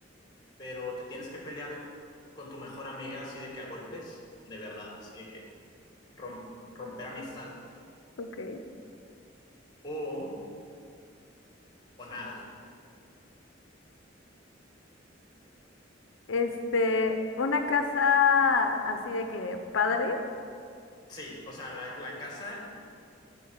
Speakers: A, on the left (about 25°); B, on the left (about 85°).
A: pero te tienes que pelear con tu mejor amiga así de que a golpes, de verdad, así de que rom- romper amistad?
B: Ok.
A: ¿O, o nada?
B: Este, una casa así de que padre,
A: Sí, o sea, la, la casa